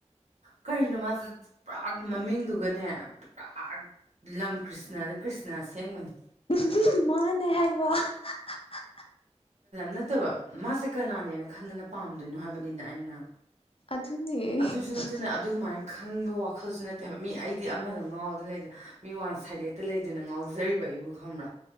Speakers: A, on the right (about 70°); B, on the left (about 50°).
A: ꯀꯔꯤꯅꯣ ꯃꯥꯖꯦ ꯄꯨꯔꯥ ꯃꯃꯤꯡꯗꯨꯒꯅꯦ ꯄꯨꯔꯥ ꯂꯝ ꯀ꯭ꯔꯤꯁꯅꯗ ꯀ꯭ꯔꯤꯁꯅ ꯑꯁꯦꯡꯕꯅꯦ꯫
B: ꯎꯍꯨꯍꯨ ꯃꯥꯅꯦ ꯍꯥꯏꯩꯕ ꯍ-ꯍ-ꯍ
A: ꯅꯠꯇꯕ ꯃꯥꯁꯦ ꯀꯅꯥꯅꯦꯅ ꯈꯟꯗꯅ ꯄꯥꯝꯗꯣꯏꯅꯣ ꯍꯥꯏꯕꯅꯤꯗ ꯑꯩꯅ꯫
B: ꯑꯗꯨꯅꯦ ꯫
A: ꯑꯗꯨꯁꯨ ꯅꯠꯇꯅ <unintelligible> ꯈꯪꯕ ꯋꯥꯈꯜꯁꯨ ꯅꯠꯇꯦ ꯍꯥꯏꯕ ꯃꯤ ꯑꯩꯗꯤ ꯑꯃꯗ ꯉꯥꯎꯗꯅ ꯂꯩꯗ ꯃꯤ ꯋꯥꯟ ꯁꯥꯏꯗꯦꯠꯇ ꯂꯩꯗꯅ ꯉꯥꯎꯖꯔꯤꯕ ꯑꯩꯕꯨ ꯈꯪꯕ꯭ꯔꯥ꯫